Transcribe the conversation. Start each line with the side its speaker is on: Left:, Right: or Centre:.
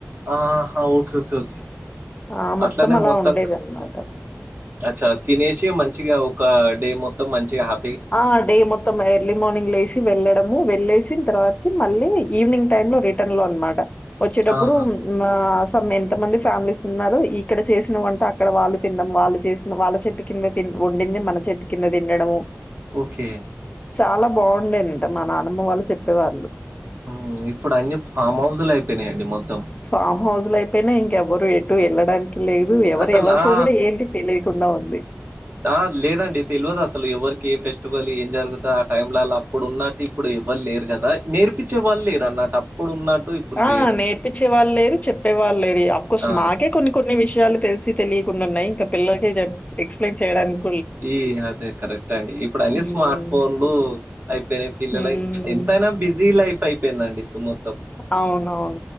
Right: ఆహా ఓకే ఓకే ఓకే
Left: ఆ
Right: అట్లనే
Left: అలా
Right: మొత్తం
Left: ఉండేదన్నమాట
Right: క్ అచ్చా తినేసి మంచిగా ఒక డే మొత్తం మంచిగా హా
Left: ఆ డే మొత్తం ఎర్లీ మార్నింగ్ లేసి వెళ్ళడము వె వెళ్ళేసిన తరవాతికి మళ్ళీ ఈవినింగ్ టైం లో రిటన్ లో అన్నమాట వచ్చేటప్పుడు
Right: ఆహా!
Left: ఉం ఆస్ త్తం ఎంత మంది ఫ్యామిలీస్ ఉన్నారు ఇక్కడ చేసిన వంట అక్కడ వాళ్ళు తినడం వాళ్ళు చేసిన వాళ్ళ చెట్టు కింద తిన్ వండింది మన చెట్టు కింద తిండడము
Right: ఓకే
Left: చాలా బావుండేనంట మా నానమ్మ వాళ్ళు చెప్పేవాళ్ళు
Right: ఉమ్ ఇప్పుడు అన్నీ ఫామ్ హౌస్ లు అయిపోయినాయండి మొత్తం
Left: ఫామ్ హౌస్ లు అయిపోయినాయి ఇంకెవరూ ఎటూ ఎళ్ళడానికి లేదు ఎవరు
Right: అసలు
Left: ఎవరికో
Right: ఆ
Left: కూడా ఏంటి తెలీ కుండా ఉంది
Right: ఆ లేదండి తెల్వదు అసలు ఎవరికి ఏ ఫెస్టివల్ ఏం జరుగుతా ఆ టైమ్ లలో అ అప్పుడు ఉన్నాటి ఇప్పుడు ఎవ్వరు లేరు గదా నేర్పిచ్చే వాళ్ళు లేరు అన్నట్టు అప్పుడు ఉన్నట్టు ఇప్పుడు
Left: ఆ
Right: లేరు
Left: నేర్పిచ్చే వాళ్ళు లేరు చెప్పే వాళ్ళు లేరు ఇగ అఫ్కోర్స్
Right: ఆ
Left: మాకే కొన్ని కొన్ని విషయాలు తెలిసి తెలియకుండున్నాయి ఇంక పిల్లలకి చెప్ ఎక్స్ప్లెయిన్ చెయ్యడానికి
Right: ఈ అదే కరెక్ట్ అండి ఇప్పుడు అన్ని
Left: హ్మ్.
Right: స్మార్ట్ ఫోన్లు అయిపోయినాయి పిల్లలై
Left: హ్మ్.
Right: ఎంత తైన బిజీ లైఫ్ అయిపోయిందండి ఇప్పుడు మో
Left: అవునవును